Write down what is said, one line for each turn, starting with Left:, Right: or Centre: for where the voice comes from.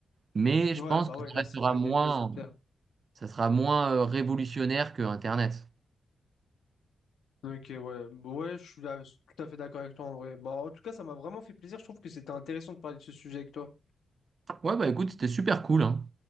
Right: Mais
Left: Ouais,
Right: je pense
Left: bah
Right: que
Left: ouais,
Right: ça
Left: là,
Right: restera
Left: c'est que
Right: moins,
Left: le début, c'est clair.
Right: ça sera moins euh, révolutionnaire que Internet.
Left: Ok, ouais, ouais, je suis là- je suis tout à fait d'accord avec toi en vrai. Bah, en tout cas, ça m'a vraiment fait plaisir. Je trouve que c'était intéressant de parler de ce sujet avec toi.
Right: Ouais, bah écoute, c'était super cool, hein.